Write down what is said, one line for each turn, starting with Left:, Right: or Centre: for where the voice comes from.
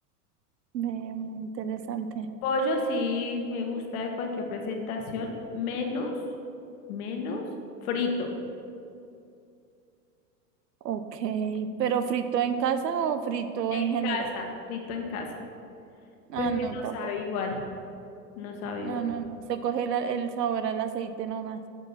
Right: Ve, muy interesante.
Left: Pollo sí me gusta de cualquier presentación, menos, menos frito
Right: Ok, pero frito en casa o frito
Left: en
Right: en general?
Left: casa, frito en casa,
Right: Ah,
Left: porque
Right: no,
Left: no
Right: tampoco.
Left: sabe igual, no sabe igual.
Right: No, no, no. Se coge la- el sabor al aceite nomás.